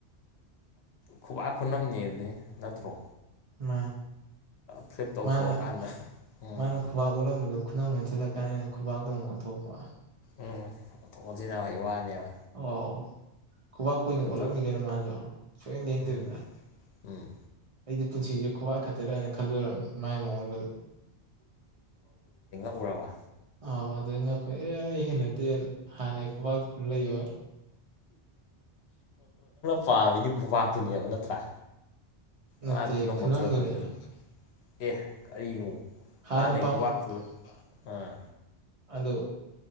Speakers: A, on the left (about 70°); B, on the right (about 40°).
A: ꯈꯨꯕ ꯈꯨꯅꯝꯅꯦ ꯑꯗꯨꯅꯦ ꯅꯠꯇ꯭ꯔꯣ
B: ꯎꯝ
A: ꯐ꯭ꯂꯤꯞ ꯇꯧꯊꯣꯛꯑꯀꯥꯟꯗ
B: ꯃꯥꯅ
A: ꯎꯝ
B: ꯃꯥꯅ ꯈ ꯑꯣꯂ ꯈꯅ ꯃꯁꯤ ꯀ ꯈꯨꯕꯥꯛꯇꯣꯡ ꯑꯣꯟꯊꯣꯛꯄ
A: ꯎꯝ ꯃꯤꯟꯅꯥ ꯍꯧꯩ ꯋꯥꯅꯦꯕ
B: ꯑꯣ ꯈꯨꯕꯥꯛ ꯀꯨꯏꯅ
A: ꯑꯗꯨ
B: ꯑꯣꯠꯂꯝꯃꯤꯒꯦꯅ ꯃꯥꯁꯨ ꯁꯣꯏ ꯌꯦꯦꯡꯗꯦꯔꯤꯗ
A: ꯎꯝ ꯎꯝ
B: ꯑꯩꯗꯤ ꯄꯨꯟꯁꯤꯁꯦ ꯈꯨꯕꯥꯛ ꯈꯛꯇꯔꯅ ꯈꯜꯂꯨꯔꯅꯤ ꯃꯥꯏ ꯃꯑꯣꯡꯗꯨ
A: ꯎꯔꯔꯕ
B: ꯑꯥꯎ ꯑꯗꯨ ꯉꯛꯈꯣꯏ ꯑꯦ ꯑꯩ ꯍꯦꯟꯅꯠꯇꯦꯅ ꯍꯅꯦ ꯈꯨꯨꯕꯥ ꯊ ꯂꯩ ꯌꯣ
A: ꯄꯥꯝꯃꯤꯅꯤ ꯈꯨꯄꯥꯛꯥꯛꯇꯨꯅꯦꯕ ꯅꯠꯇ꯭ꯔꯥ
B: ꯅꯠꯇꯦ
A: ꯃꯥꯅ ꯈꯨꯅꯝ
B: ꯈꯨꯅꯝꯗꯨꯅꯤ
A: ꯑꯣꯟꯊꯣꯔꯛꯄꯁꯤꯗ ꯑꯦ ꯀꯔꯤꯅꯣ
B: ꯍꯥꯟꯅ
A: ꯍꯥꯟꯅꯩ ꯈꯨꯄꯥꯛꯥꯛꯇꯨ ꯑꯥ
B: ꯑꯗꯨ